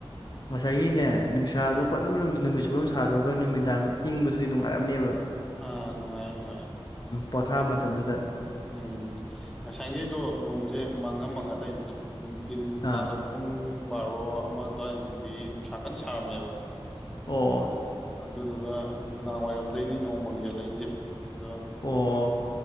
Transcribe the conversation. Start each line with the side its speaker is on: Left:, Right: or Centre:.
Left: ꯉꯁꯥꯏꯒꯤꯅꯦ ꯅꯨꯡꯁꯥꯗꯣ
Centre: ꯑꯥ
Left: ꯐꯖꯅ ꯅꯨꯃꯤꯠ ꯆꯨꯄꯝ ꯁꯥꯔꯨꯔꯒ ꯅꯨꯃꯤꯗꯥꯡ ꯏꯪꯕꯗꯨꯗꯤ ꯅꯨꯡꯉꯥꯏꯔꯝꯅꯤꯕ
Centre: ꯑꯥ ꯅꯨꯡꯉꯥꯏ ꯅꯨꯡꯉꯥꯏ
Left: ꯄꯣꯊꯥ
Centre: ꯑꯗꯨꯏ
Left: ꯃꯇꯝꯗꯨꯗ
Centre: ꯎꯝ ꯉꯁꯥꯏꯒꯩꯗꯣ ꯅꯣꯡꯁꯦ ꯃꯪꯉ ꯃꯪꯉ ꯂꯩꯕꯅꯦ ꯅꯨꯡꯗꯤꯟ
Left: ꯑꯥ
Centre: ꯇꯥꯜꯂꯛ ꯄꯨꯡ ꯕꯥꯔꯣ ꯑꯃ ꯑꯗꯨꯋꯥꯏꯗꯗꯤ ꯅꯨꯡꯁꯥ ꯀꯟꯅ ꯁꯥꯔꯝꯃꯦꯕ
Left: ꯑꯣ
Centre: ꯑꯗꯨꯗꯨꯒ ꯅꯨꯡꯗꯥꯡ ꯋꯥꯏꯔꯝꯗꯩꯅꯤ ꯅꯣꯡ ꯃꯪꯖꯤꯜꯂꯛꯏꯁꯦ ꯑꯗꯣ
Left: ꯑꯣ